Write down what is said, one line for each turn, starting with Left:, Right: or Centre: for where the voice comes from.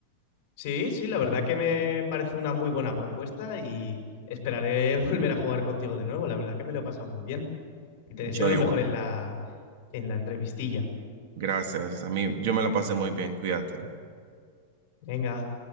Left: Sí, sí, la verdad que me parece una muy buena propuesta y esperaré <laughs> volver a jugar contigo de nuevo. La verdad que me lo he pasado muy bien y te deseo
Right: yo
Left: lo
Right: igual.
Left: mejor en la, en la entrevistilla.
Right: Gracias. A mí, yo me la pasé muy bien. Cuídate.
Left: Venga.